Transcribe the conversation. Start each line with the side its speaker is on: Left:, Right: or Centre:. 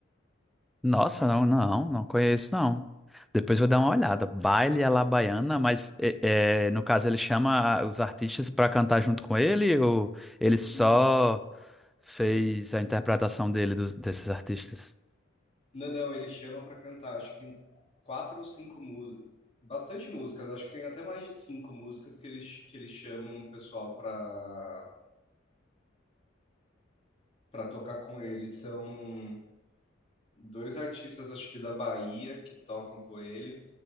Centre: Nossa, não, não, não conheço, não. Depois vou dar uma olhada. Baile Alabaiana, mas é, é, no caso ele chama a- os artistas para cantar junto com ele ou ele só
Left: E
Centre: fez a interpretação dele dos- desses artistas?
Left: Não, não, ele chama para cantar, acho que tem quatro ou cinco músicas, bastante músicas, acho que tem até mais de cinco músicas que eles, que eles chamam o pessoal para para tocar com ele. São dois artistas, acho que da Bahia, que tocam com ele.